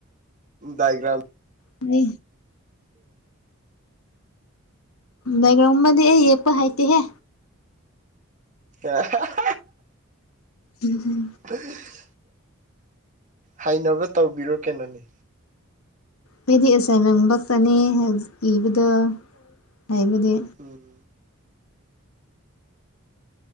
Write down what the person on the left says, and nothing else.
ꯅ ꯗꯥꯏꯒꯔꯥꯝ ꯑꯦꯝꯗꯤ ꯌꯦꯀꯄ ꯍꯥꯏꯇꯦ ꯍꯦ
ꯎꯝꯝ
ꯈꫭꯏꯗꯤ ꯑꯦꯁꯥꯏꯟꯃꯦꯟ ꯈꯛꯇꯅꯤ ꯏꯕꯗꯣ ꯍꯥꯏꯕꯗꯤ